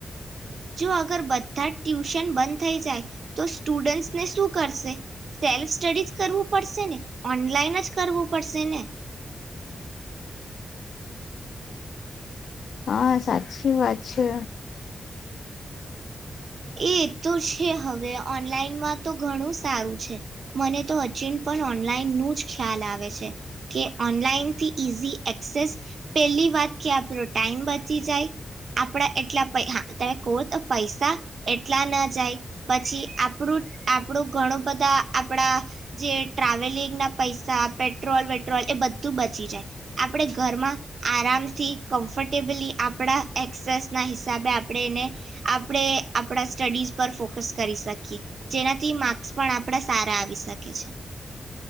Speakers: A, on the right; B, on the left.
A: જો અગર બધા જ ટ્યુશન બંધ થઈ જાય તો સ્ટુડન્ટસને શું કરશે? સેલ્ફ સ્ટડીજ કરવું પડશેને? ઓનલાઈન જ કરવું પડશે ને?
B: હા સાચી વાત છે.
A: એ તો છે હવે, ઓનલાઈનમાં તો ઘણું સારું છે. મને તો અચિન પણ ઓનલાઈન નું જ ખ્યાલ આવે છે કે ઓનલાઈનથી ઈઝી એક્સેસ પેલી વાત કે આપણો ટાઈમ બચી જાય આપણા એટલા તમે કહો તો પૈસા એટલા ન જાય પછી આપણું આપણું ઘણું બધા આપણા જે ટ્રાવેલિંગના પૈસા પેટ્રોલ વેટ્રોલ એ બધું બચી જાય આપણે ઘરમાં આરામથી કમ્ફટેબલી આપણા એક્સેસના હિસાબે આપણે એને આપણે આપણા સ્ટડીઝ પર ફોકસ કરી શકીએ જેનાથી માર્ક્સ પણ આપણા સારા આવી શકે છે.